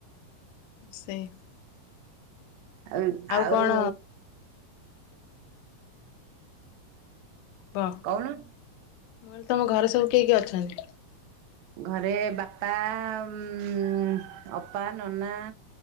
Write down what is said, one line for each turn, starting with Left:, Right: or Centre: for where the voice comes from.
Left: ସେଇ
Right: ଆଉ ଆଉ
Left: କଣ ବ
Right: କହୁନ।
Left: ମୁଁ କହିଲି ତମ ଘରେ ସବୁ କିଏ କିଏ ଅଛନ୍ତି?
Right: ଘରେ ବାପା ଉଂ ଅପା, ନନା।